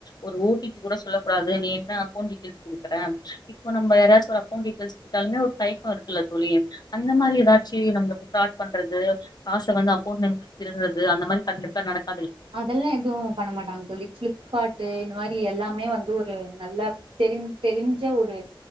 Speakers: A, on the left; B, on the right.
A: ஒரு ஓடிபி கூட சொல்ல கூடாது நீ என்னா ஃபோன் டீட்டைல்ஸ் குடுக்ரே இப்ப நம்ம யாரச்சு ஒரு அக்கொன்ட் டீடையல்ஸ் ட்டாலுமே ஒரு தயக்கோ இருக்குல்ல தோழி அந்த மாரி ஏதாச்சி நம்மளுக்கு ஃபிராடு பண்றது காச வந்து அமொண்ட வந்து திருடுற து அந்த மாரி கண்டிப்பா நடக்
B: அதெல்லா எதுவு பண்ண மாட்டாங்க தோழி ஃபிளிப்காட்டு இந்த மாரி எல்லாம் இதுவுமே வந்து ஒரு நல்ல தெரிஞ் தெரிஞ்ச ஒரு